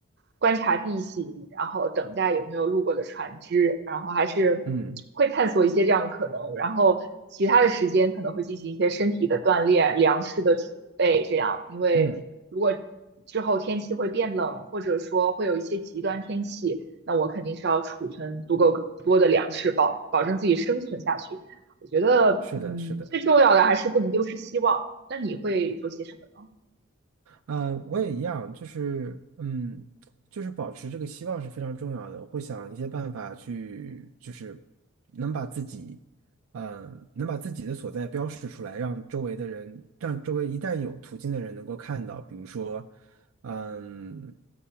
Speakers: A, on the right (about 50°); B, on the right (about 80°).
A: 观察地形，然后等待有没有路过的船只，然后还是会探索一些这样的可能，
B: 嗯
A: 然后其他的时间可能会进行一些身体的锻炼、粮食的储备，这样，因为如果之后天气会变冷，
B: 嗯，
A: 或者说会有一些极端天气，那我肯定是要储存足够多的粮食，保保证自己生存下去。我觉得，
B: 是的，
A: 嗯，
B: 是的。
A: 最重要的还是不能丢失希望。那你会做些什么呢？
B: 嗯，我也一样，就是嗯，就是保持这个希望是非常重要的。我会想一些办法去，就是能把自己，嗯，能把自己的所在标示出来，让周围的人，让周围一旦有途径的人能够看到。比如说，嗯，